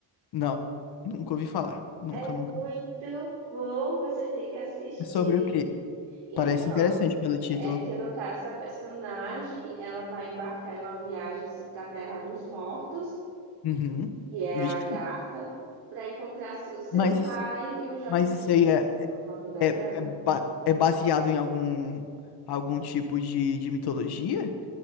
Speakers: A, on the left; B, on the right.
A: Não, nunca ouvi falar. Nunca,
B: É muito
A: nunca.
B: bom, você tem que assistir.
A: É sobre o quê?
B: Então,
A: Parece interessante pelo título.
B: é que no caso a personagem, ela vai embarcar em uma viagem assim, para a Terra dos Mortos.
A: Uhum.
B: que é
A: Vixe.
B: a Agatha, para encontrar assim, o seu
A: Mas,
B: pai
A: isso-
B: e o jovem
A: mas
B: misterioso
A: isso aí é,
B: que salva a vida
A: é,
B: dela.
A: é, ba- é baseado em algum, algum tipo de, de mitologia?